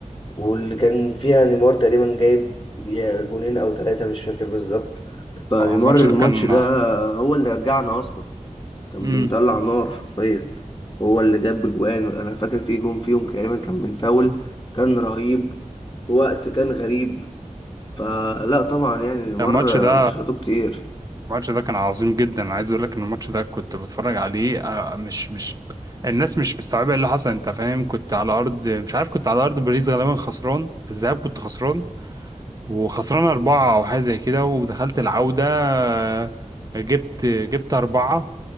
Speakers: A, on the left; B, on the right.
A: واللي كان فيها نيمار تقريبا جايب يا جونين او ثلاثة مش فاكر بالظبط فنيمار
B: آه، الماتش
A: الماتش
B: ده كان
A: ده هو اللي رجعنا اصلا كان
B: امم
A: بيطلع نار حرفيا هو اللي جاب جوان انا فاكر في جون فيهم تقريبا كان من فاول كان رهيب في وقت كان غريب فلا طبعا يعني مره
B: الماتش ده
A: ماتشاته كتير
B: الماتش ده كان عظيم جدا أنا عايز اقول لك ان الماتش ده كنت بتفرج عليه آه، مش مش الناس مش مستوعبه إيه اللي حصل انت فاهم كنت على ارض مش عارف كنت على ارض باريس غالبا خسران في الذهاب كنت خسران وخسران أربعة أو حاجة زي كده ودخلت العودة آه، جبت جبت أربعة